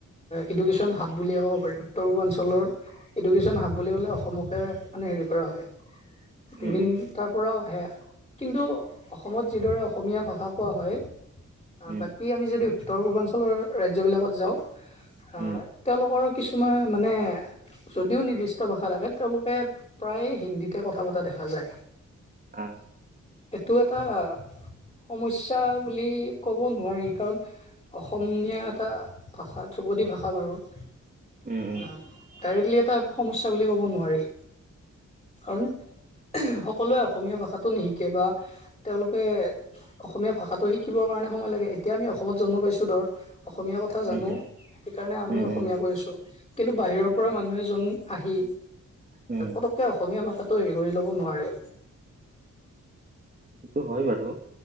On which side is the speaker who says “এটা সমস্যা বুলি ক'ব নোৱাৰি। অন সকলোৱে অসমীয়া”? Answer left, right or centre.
Left